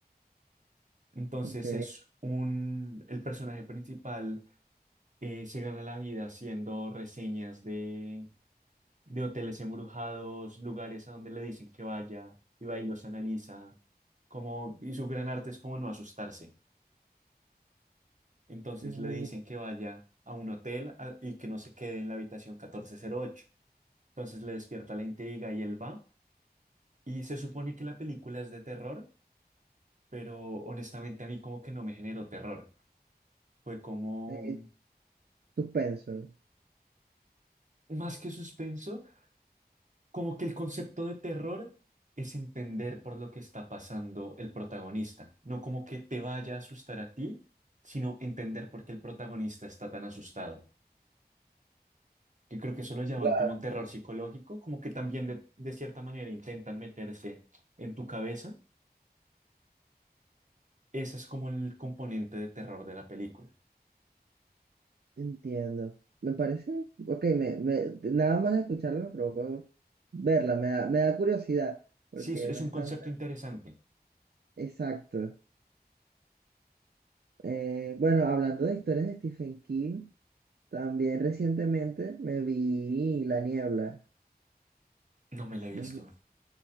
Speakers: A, on the right; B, on the right.
A: Entonces
B: Ok.
A: es un, el personaje principal eh, se gana la vida haciendo reseñas de de hoteles embrujados, lugares a donde le dicen que vaya, y va y los analiza, como, y su gran arte es como no asustarse. Entonces
B: Uh,
A: le dicen que vaya a un hotel a- y que no se quede en la habitación catorce cero ocho Entonces le despierta la intriga y él va. Y se supone que la película es de terror, pero honestamente a mí como que no me generó terror. Fue como
B: Eh,
A: mm,
B: suspenso.
A: más que suspenso, Como que el concepto de terror es entender por lo que está pasando el protagonista, no como que te vaya a asustar a ti, sino entender por qué el protagonista está tan asustado. Que creo que eso lo llaman
B: Claro.
A: como terror psicológico, como que también de, de cierta manera intentan meterse en tu cabeza. Ese es como el componente de terror de la película.
B: Entiendo. Me parece, ok, me, me, nada más de escucharlo me provocó verla, me da, me da curiosidad, porque
A: Sí, es, es
B: no
A: un
B: es
A: concepto
B: tan...
A: interesante.
B: Exacto. Eh, bueno, hablando de historias de Stephen King, también recientemente me vi La Niebla.
A: No me lo he visto.
B: No sé,